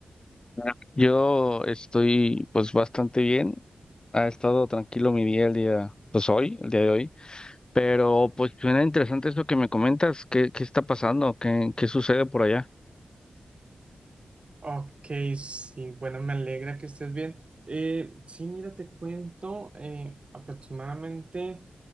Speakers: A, on the left; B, on the right.
A: Ah. Yo estoy pues bastante bien. Ha estado tranquilo mi día el día, pues hoy, el día de hoy. Pero pues suena interesante eso que me comentas. ¿Qué, qué está pasando? ¿Qué, qué sucede por allá?
B: Ok, sí, bueno, me alegra que estés bien. Eh, sí, mira, te cuento, eh, aproximadamente